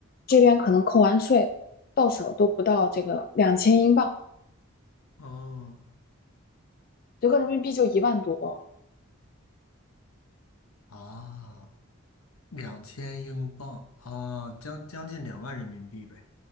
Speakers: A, on the left (about 45°); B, on the left (about 85°).
A: 这边可能扣完税到手都不到这个两千英镑，
B: 哦
A: 折合人民币就一万多。
B: 啊，两千英镑啊，将将近两万人民币呗，